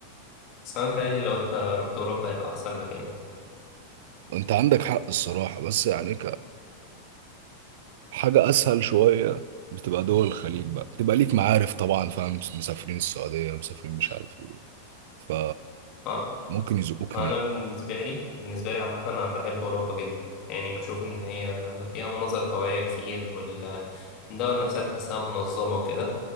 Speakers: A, on the left; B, on the right.
A: بس انا متهيألي لو انت رحت اوروبا هيبقى احسن لك يعني
B: أنت عندك حق الصراحة بس يعني كحاجة أسهل شوية بتبقى دول الخليج بقى بتبقى ليك معارف طبعا فاهم مسافرين السعودية مسافرين مش عارف إيه ف
A: اه.
B: ممكن يزقوك
A: انا
B: هناك
A: بالنسبه لي بالنسبه لي عامه انا بحب اوروبا جدا يعني بشوف ان هي فيها مناظر طبيعيه كتير والدول نفسها تحسها منظمه وكده